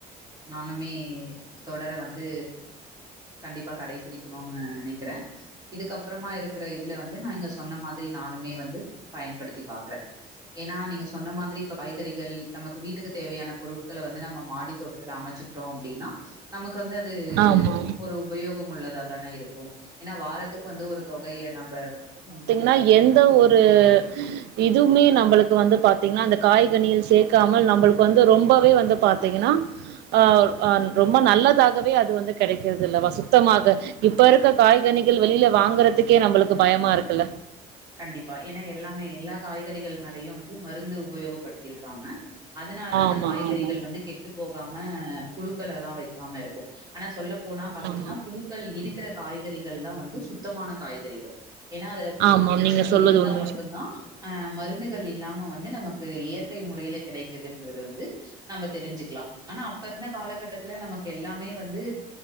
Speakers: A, on the right (about 20°); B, on the right (about 80°).
A: நானுமே தொடர வந்து கண்டிப்பா கடைபிடிக்ணுன்னு நெனைக்கிறே இதுக்கு அப்புறமா இருக்கிற இதுல வந்து நா இங்க சொன்ன மா திரி நானுமே வந்து பயன்படுத்தி பாக்கறே ஏன்னா நீங்க சொன்ன மாதிரி இப்ப காய்கறிகள் நமக்கு வீட்டுக்கு தேவையான பொருட்கள வந்து நம்ம மாடி தோட்டத் துல அமச்சுக்ட்டோ அப்டின்னா நமக்கு வந்து அது
B: ஆமா.
A: ஒரு உபயோகம் உள்ளதா தான இருக் கு ஏன்னா வாரத்துக் வந்து ஒரு தொகைய நம்ப ம்
B: னா எந்த ஒரு இதும்மே நம்பளுக்கு வந்து பாத்தீங்ன்னா அந்த காய்கனியில் சேர்க்காமல் நம்பளுக்கு வந்து ரொம்பவே வந்து பாத்தீங்கன்னா ஆ அன் ரொம்ப நல்லதாகவே அது வந்து கெடைக்கிறது இல்ல வ சுத்தமாக இப்ப இருக்க காய்கனிகள் வெளியில வாங்கறதுக்கே நம்பளுக்கு பயமா இருக்கு இல்ல
A: கண்டிப்பா ஏன்னா எல்லாமே எல்லா காய்கறிகள் மேலயையு வந்து மருந்து உபயோகப்படுத்தி இருப்பாங்க அதனாலதா
B: ஆமா
A: அந்த காய்கறிகள்
B: ஆமாம்
A: வந்து கெட்டு போகாம புழுக்கள் எல்லா வைக்காம இருக்கு ஆனா சொல்ல போனா பாத்தீங்கன்னா
B: ஆமா
A: புழுக்கள் இருக்கிற காய்கறிகள் தா வந்து சுத்தமான காய்கறிகள் ஏன்னா அதுல புழு
B: ஆமாம்
A: பூச்சிகள்
B: நீங்க சொல்வது
A: இருந்தா
B: உண்மை
A: மட்டுந்தா அ மருந்துகள் இல்லாம வந்து நமக்கு இயற்கை முறையிலே கிடைக்குதுன்றது வந்து நம்ம தெரிஞ்சுக்லா ஆனா அப்ப இருந்த காலகட்டத்துல நமக்கு எல்லாமே வந்து